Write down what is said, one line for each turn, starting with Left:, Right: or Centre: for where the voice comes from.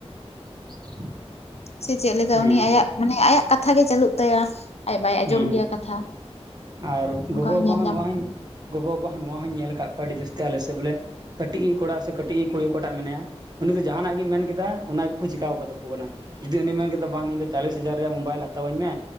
Right: <inaudible>
Left: ᱥᱮ ᱪᱮᱫ ᱞᱮᱠᱟ
Right: ᱦᱮᱸ
Left: ᱩᱱᱤ ᱟᱭᱟᱜ ᱢᱟᱱᱮ ᱟᱭᱟᱜ ᱠᱟᱛᱷᱟ ᱜᱮ ᱪᱟᱹᱞᱩᱜ ᱛᱟᱭᱟ᱾ ᱟᱡ ᱵᱟᱭ ᱟᱸᱡᱚᱢ
Right: ᱦᱮᱸ ᱦᱮᱸ
Left: ᱜᱮᱭᱟ ᱠᱟᱛᱷᱟ᱾
Right: ᱟᱨ
Left: ᱚᱱᱠᱟ
Right: ᱜᱚᱜᱚ ᱵᱟᱵᱟ
Left: ᱧᱮᱞ
Right: ᱦᱚᱸ
Left: ᱧᱟᱢᱚᱜ
Right: ᱱᱚᱣᱟᱧ
Left: ᱠᱟᱱᱟ
Right: ᱜᱚᱜᱚ ᱵᱟᱵᱟ ᱦᱚᱸ ᱱᱚᱣᱟ ᱦᱚᱧ ᱧᱮᱞ ᱟᱠᱟᱫ ᱠᱚᱣᱟ ᱟᱹᱰᱤ ᱡᱟᱹᱥᱛᱤ ᱟᱞᱮ ᱥᱮ ᱵᱚᱞᱮᱼᱼ ᱠᱟᱹᱴᱤᱡ ᱠᱚᱲᱟ ᱥᱮ ᱠᱟᱹᱴᱤᱡ ᱠᱩᱲᱤ ᱚᱠᱟᱴᱟᱜ ᱢᱮᱱᱟᱭᱟᱼᱼ ᱩᱱᱤ ᱫᱚ ᱡᱟᱦᱟᱱᱟᱜ ᱜᱮ ᱢᱮᱱ ᱠᱮᱫᱟ ᱚᱱᱟ ᱜᱮᱠᱚ ᱪᱤᱠᱟᱹᱣ ᱠᱟᱛᱟ ᱠᱚ ᱠᱟᱱᱟ᱾ ᱡᱩᱫᱤ ᱩᱱᱤᱭ ᱢᱮᱱ ᱠᱮᱫᱟ ᱵᱟᱝ ᱤᱧ ᱫᱚ ᱪᱟᱞᱤᱥ ᱦᱟᱡᱟᱨ ᱨᱮᱭᱟᱜ ᱢᱳᱵᱟᱭᱤᱞ ᱦᱟᱛᱟᱣ ᱟᱹᱧ ᱢᱮ